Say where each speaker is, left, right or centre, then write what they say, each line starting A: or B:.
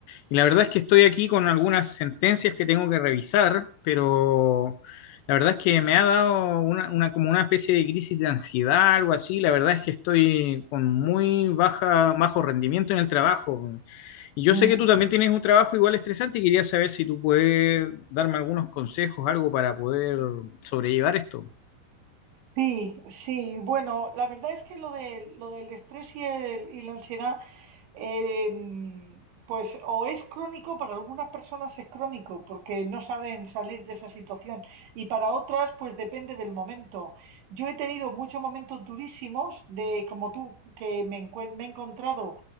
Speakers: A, on the left; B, on the right.
A: y la verdad es que estoy aquí con algunas sentencias que tengo que revisar, pero la verdad es que me ha dado una, una- como una especie de crisis de ansiedad, algo así. La verdad es que estoy con muy baja, bajo rendimiento en el trabajo. Y yo
B: Mm.
A: sé que tú también tienes un trabajo igual estresante y quería saber si tú puedes darme algunos consejos, algo para poder sobrellevar esto.
B: Sí, sí. Bueno, la verdad es que lo de, lo del estrés y, el- y la ansiedad, eh, mm, pues o es crónico, para algunas personas es crónico, porque no saben salir de esa situación, y para otras, pues depende del momento. Yo he tenido muchos momentos durísimos de, como tú, que me, encuen- me he encontrado